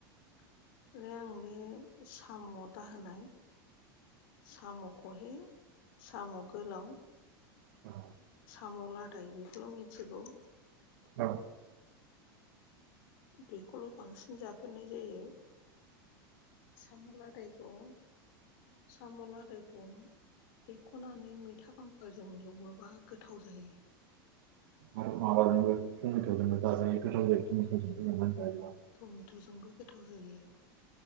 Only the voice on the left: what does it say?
<unintelligible> आं बे साम'आव दाहोनाय। साम' खहे साम' गोलाव।
साम' लादाय बेखौल' मिथिगौ।
बेखौल' बांसिन जाफेरनाय जायो। साम' लादायखौ साम' लादायखौ एरख'नानै मैथा बांगालजों एवोबा गोथाव जायो।
उम
टमेट'जोंबो गोथाव जायो